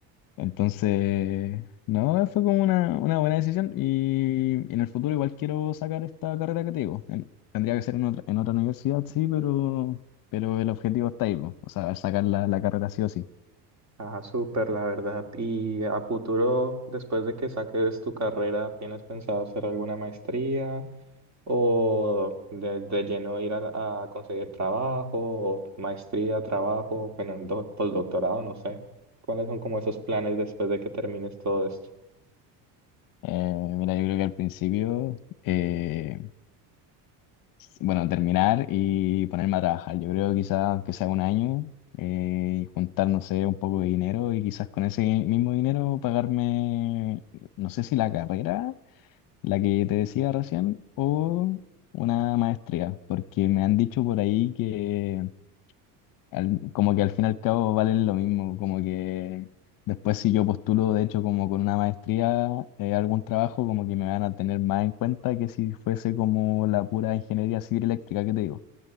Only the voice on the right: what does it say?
ah súper, la verdad. ¿Y a futuro, después de que saques tu carrera, tienes pensado hacer alguna maestría o de, de lleno ir a, a conseguir trabajo o maestría, trabajo, bueno, do- postdoctorado, no sé? ¿Cuáles son como esos planes después de que termines todo esto?